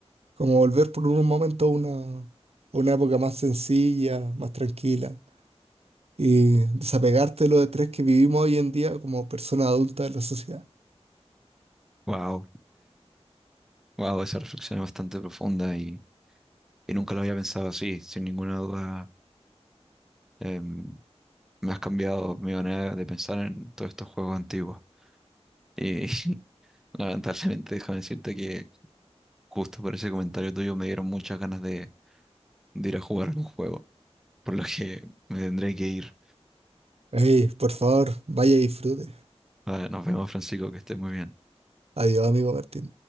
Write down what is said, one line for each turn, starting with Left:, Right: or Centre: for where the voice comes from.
Right: como volver por un momento a una, a una época más sencilla, más tranquila y desapegarte de los estrés que vivimos hoy en día como persona adulta de la sociedad.
Centre: Wow. wow, esa reflexión es bastante profunda y, y nunca lo había pensado así. Sin ninguna duda, em, me has cambiado mi manera de pensar en todos estos juegos antiguos. Y <laughs> lamentablemente, déjame decirte que justo por ese comentario tuyo me dieron muchas ganas de de ir a jugar un juego, por lo que me tendré que ir.
Right: Ey, por favor, vaya y disfrute.
Centre: Ah, nos vemos, Francisco, que estés muy bien.
Right: Adiós, amigo Martín.